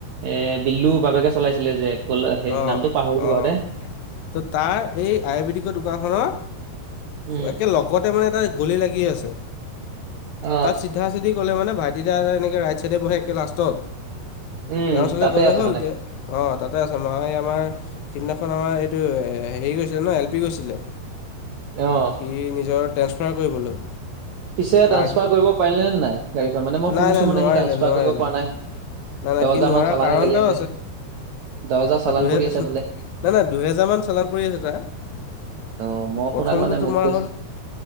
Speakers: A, on the right (about 70°); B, on the left (about 75°).
A: এ বিল্লুৰ বাবেকে চলাইছিলে যে। কল সেই
B: অ',
A: নামটো পাহৰিলো
B: অ',
A: বাৰু দে
B: ত' তাৰ এই আয়ুৰ্বেদিকৰ দোকানখনৰ
A: উম
B: একে লগতে মানে এটা গলি লাগি আছে,
A: অ
B: তা'ত চিধা-চিধি গ'লে মানে ভাইটিতা এনেকৈ ৰাইটাচাইডে বহে একে লাষ্টত
A: উম
B: তেওৰ ওচৰলৈ
A: তাতে
B: গ'লেই
A: আছে
B: হ'ল।
A: মানে
B: যে অ, তাত আছে। মই এই আমাৰ সেইদিনাখন আমাৰ এইটো হেৰি গৈছিলে ন এল পি গৈছিলে।
A: অ',
B: সি নিজৰ ট্ৰেন্সফাৰ কৰিবলৈ।
A: পিছে ট্ৰানস্ফাৰ
B: আৰ্ট
A: কৰিব পাৰিলে নে নাই? গাড়ীখন মানে মই
B: নাই
A: শুনিছো
B: নাই
A: মানে
B: নোৱাৰিলে
A: সি ট্ৰানফাৰ
B: নোৱাৰিলে।
A: কৰিব পৰা নাই।
B: নাই নাই
A: দ'হ
B: সি
A: হাজাৰ
B: নোৱাৰা
A: মান চালানে
B: কাৰণ
A: লাগি
B: এটাও
A: আছে। দ'হ হাজাৰ
B: তাৰ
A: চালানে
B: দুহে
A: পৰি আছে বোলে।
B: নাই, নাই দুহেজাৰ মান চালান পৰি আছে তাৰ।
A: অ মই
B: প্ৰথমটো
A: শুনাত মানে
B: তোমাৰ
A: মোক কৈছিল
B: হ'ল